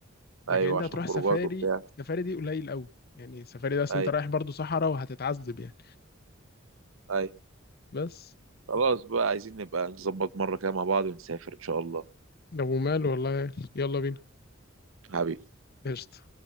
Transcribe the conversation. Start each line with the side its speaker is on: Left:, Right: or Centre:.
Left: لكن
Right: ايوه
Left: انت
Right: عشان
Left: هتروح
Right: خروجات
Left: سفاري
Right: وبتاع
Left: السفاري دي قليل قوي يعني السفاري ده اصل
Right: اي
Left: انت رايح برضو صحراء وهتتعذب يعني
Right: اي
Left: بس
Right: خلاص بقى عايزين نبقى نظبط مرة كده مع بعض ونسافر ان شاء الله
Left: لو مال والله يلا بينا
Right: حبيبي
Left: قشطة